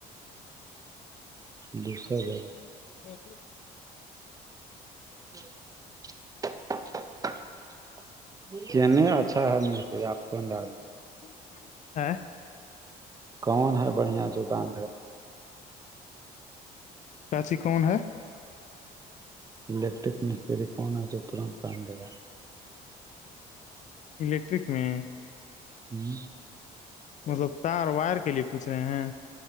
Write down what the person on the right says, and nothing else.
دوسرہ جگہ
<unintelligible> کہنے اچھا ہے سے آپ کو ڈال
کون ہے بڑھیا جوگان
الیکٹرک مستری کون ہے جو ترنت کام دیگا
ہوں